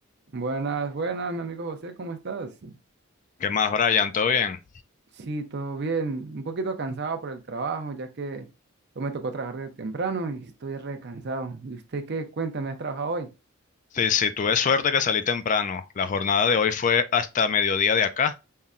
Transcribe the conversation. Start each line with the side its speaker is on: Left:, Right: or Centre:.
Right: Buenas, buenas, mi amigo José, ¿cómo estás?
Left: ¿Qué más, Brian? ¿Todo bien?
Right: Sí, todo bien. Un poquito cansado por el trabajo, ya que hoy me tocó trabajar de temprano y estoy recansado. ¿Y usted qué? Cuéntame, ¿has trabajado hoy?
Left: Sí, sí, tuve suerte que salí temprano. La jornada de hoy fue hasta mediodía de acá.